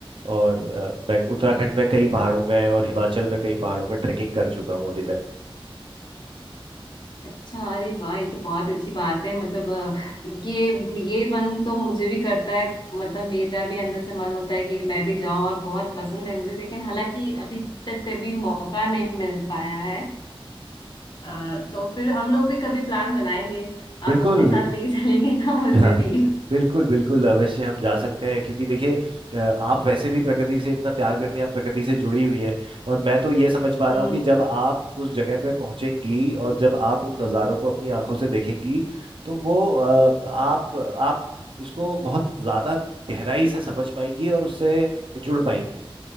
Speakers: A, on the right; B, on the left.
A: और अ, मैं उत्तराखंड में कई पहाड़ों में और हिमाचल में कई पहाड़ों में ट्रैकिंग कर चुका हूं अभी तक
B: अच्छा अरे वाह ये तो बहुत अच्छी बात है मतलब अ, ये ये मन तो मुझे भी करता है मतलब मेरा भी अंदर से मन होता है कि मैं भी जाऊं और बहुत पसंद है मुझे लेकिन हालांकि अभी तक कभी मौका नहीं मिल पाया है आ, तो फिर हम लोग भी कभी प्लान बनाएंगे
A: बिल्कुल
B: आप अपने साथ लेके <laughs> चलेंगे ना मुझे
A: हाँ
B: भी
A: <laughs> बिल्कुल बिल्कुल अवश्य हम जा सकते हैं क्योंकि देखिए अ, आप वैसे भी प्रकृति से इतना प्यार करती हैं आप प्रकृति से जुड़ी हुई हैं और मैं तो ये समझ पा
B: हम्म
A: रहा हूँ कि जब आप उस जगह पे पहुंचेंगी और जब आप उन नज़ारों को अपनी आंखों से देखेंगी तो वो अ, आप आप उसको बहुत ज़्यादा गहराई से समझ पाएंगी और उससे जुड़ पाएंगी